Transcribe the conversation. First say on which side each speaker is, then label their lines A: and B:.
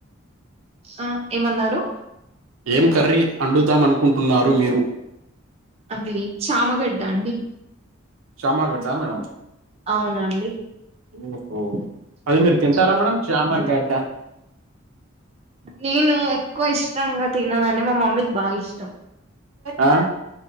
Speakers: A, on the right; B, on the right.
A: ఆ ఏమన్నారు
B: ఏం కర్రీ వండుదాం అనుకుంటున్నారు మీరు
A: అది చామగడ్డ అండి
B: చామగడ్డా మేడం
A: అవునండి
B: ఓహో అది మీరు తింటారా మేడం చామగేడ్డ
A: నేను ఎక్కువ ఇష్టంగా తిననండి మా మమ్మీకి బాగా ఇష్టం
B: ఆ